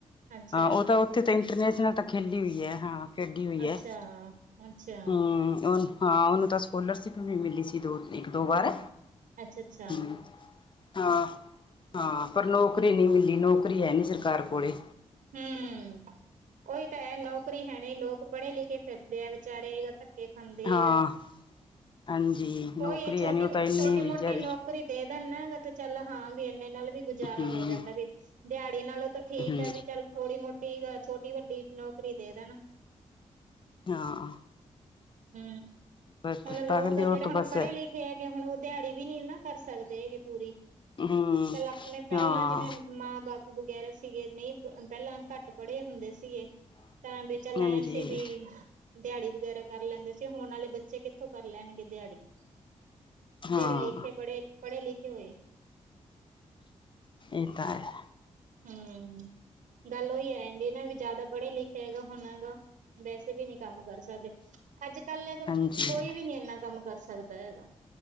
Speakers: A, on the right; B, on the left.
A: ਅੱਛਾ
B: ਹਾਂ ਉਹ ਤਾਂ ਉੱਥੇ ਤਾਂ ਇੰਟਰਨੈਸ਼ਨਲ ਤਾਂ ਖੇਲੀ ਹੋਈ ਐ ਹਾਂ ਖੇਡੀ ਹੋਈ
A: ਅੱਛਾ
B: ਹੈ
A: ਅੱਛਾ
B: ਹੂੰ ਹੁਣ ਹਾਂ ਉਹਨੂੰ ਤਾਂ ਸਕੋਲਰਸ਼ਿਪ ਵੀ ਮਿਲੀ ਸੀ ਦੋ ਇੱਕ ਦੋ ਵਾਰ
A: ਅੱਛਾ-ਅੱਛਾ
B: ਹੂੰ ਹਾਂ ਹਾਂ ਪਰ ਨੌਕਰੀ ਨੀ ਮਿਲੀ ਨੌਕਰੀ ਹੈ ਨੀ ਸਰਕਾਰ ਕੋਲੇ
A: ਹੂੰ ਉਹੀ ਤਾਂ ਹੈ ਨੌਕਰੀ ਹੈ ਨਹੀਂ ਲੋਕ ਪੜ੍ਹੇ ਲਿਖੇ ਫਿਰਦੇ ਆ ਵਿਚਾਰੇ ਖਾਂਦੇ
B: ਹਾਂ
A: ਆ
B: ਹਾਂਜੀ ਨੌਕਰੀ
A: ਉਹੀ ਆ ਛੋਟੀ
B: ਹੈ ਨਹੀਂ ਉਹ ਤਾਂ ਇੰਨੀ
A: ਛੋਟੀ ਮੋਟੀ
B: ਵਿਚਾਰੀ
A: ਨੌ ਕਰੀ ਦੇ ਦੇਣ ਨਾ ਚਲ ਹਾ ਬਈ ਐਨੇ ਵੀ ਇਨੇ ਨਾਲ ਵੀ ਗੁਜ਼ਾਰਾ
B: ਹਮ
A: ਹੋ ਜਾਂਦਾ ਵੀ ਦਿਹਾੜੀ ਨਾਲੋਂ ਤਾਂ ਠੀਕ
B: ਹਮ
A: ਐ ਵੀ ਚੱਲ ਥੋੜ੍ਹੀ ਮੋਟੀ ਛੋਟੀ ਵੱਡੀ ਨੌਕਰੀ ਦੇ ਦੇਣ
B: ਹਾਂ
A: ਹੂੰ
B: ਬਸ
A: ਹੁਣ ਲੋਕ
B: ਤਾਂ ਕਹਿੰਦੇ
A: ਜਿਹੜੇ
B: ਉਹ ਤਾਂ
A: ਹੁਣ
B: ਬਸ
A: ਪੜ੍ਹੇ ਲਿਖੇ ਹੈਗੇ ਹੁਣ ਉਹ ਦਿਹਾੜੀ ਵੀ ਨੀ ਨਾ ਕਰ ਸਕਦੇ ਹੈਗੇ ਪੂਰੀ
B: ਹਮ
A: ਚੱਲ ਆਪਣੇ ਪਹਿਲਾਂ
B: ਹਾਂ
A: ਜਿਵੇਂ ਮਾਂ ਬਾਪ ਵਗੈਰਾ ਸੀਗੇ ਨਹੀਂ ਪਹਿਲਾਂ ਘੱਟ ਪੜ੍ਹੇ ਹੁੰਦੇ ਸੀਗੇ ਤਾਂ ਵੀ ਚੱਲ
B: ਹਾਂਜੀ
A: ਐ ਸੀ ਵੀ ਦਿਹਾੜੀ ਵਗੈਰਾ ਕਰ ਲੈਂਦੇ ਸੀ ਹੁਣ ਵਾਲੇ ਬੱਚੇ ਕਿੱਥੋਂ ਕਰ ਲੈਣਗੇ ਦਿਹਾੜੀ
B: ਹਾਂ
A: ਜਿਹੜੇ ਲਿਖੇ ਪੜ੍ਹੇ, ਪੜ੍ਹੇ ਲਿਖੇ ਹੋਏ
B: ਇਹ ਤਾਂ ਹੈ।
A: ਹੂੰ ਗੱਲ ਉਹੀ ਆ ਜਾਂਦੀ ਨਾ ਵੀ ਜ਼ਿਆਦਾ ਪੜ੍ਹੇ ਲਿਖੇ ਹੈਗਾ ਹੁਣ ਹੈਗਾ ਵੈਸੇ ਵੀ ਨੀ ਕੰਮ ਕਰ ਸਕਦੇ। ਅੱਜ ਕੱਲ ਤਾਂ
B: ਹਾਂਜੀ
A: ਕੋਈ ਵੀ ਨੀ ਇੰਨਾ ਕੰਮ ਕਰ ਸਕਦਾ ਹੈਗਾ